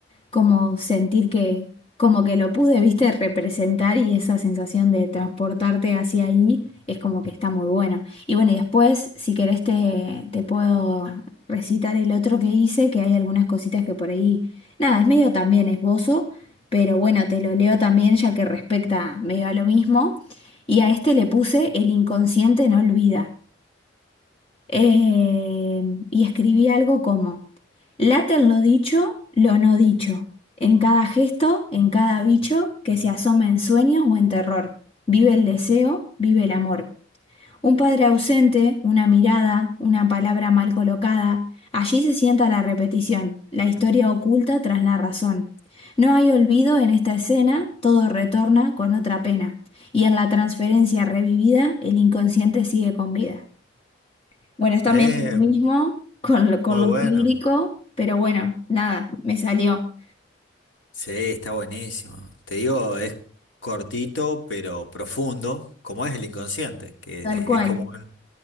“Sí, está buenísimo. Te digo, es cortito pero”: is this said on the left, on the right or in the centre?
Left